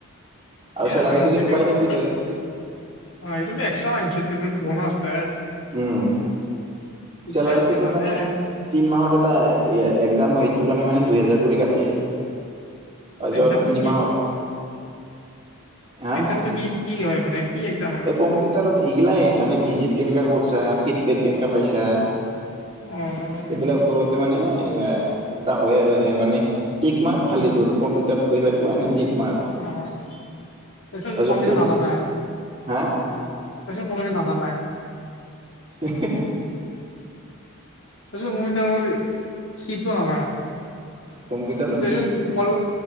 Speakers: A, on the left; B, on the right.
A: <unintelligible>
B: আৰু চেলাৰীটো কিন্তু পাই থাকিবি তই। উম
A: ঠিকে
B: চেলাৰীটো
A: আছে
B: তই
A: ভালে
B: মানে তিন মাহত এটা এ একজাম হয় সেইটোৰ কাৰণে মানে দুহেজাৰ কৰি কাটে। তাৰপিছত
A: এক্জামটো
B: তিনিমাহৰ হা
A: একজামটো কি কি হয় মানে? কি এক্জাম হয়
B: এই
A: মানে
B: কম্পিউটাৰত এইগিলাই মানে ভিজিট কেনেকা কৰিছা ফিডবেক কেনেকা পাইছা।
A: অহ।
B: এইবিলাক ওপৰতে মানে এ এটা হয় আৰু এ মানে টিক মাৰ্ক খালি তোৰ কম্পিউটাৰত বহিব দিব এনে টিক মাৰ্ক।
A: অ অ, তই চোন
B: তাৰপিছত
A: কম্পিউটাৰ
B: তোৰ
A: নাজানাই?
B: হা
A: তইচোন কম্পিউটাৰ নাজানাই?
B: হে হে।
A: পিছত মই তৰ চিটো নাই <unintelligible>
B: কম্পিউটাৰ
A: তই চোন কলেজ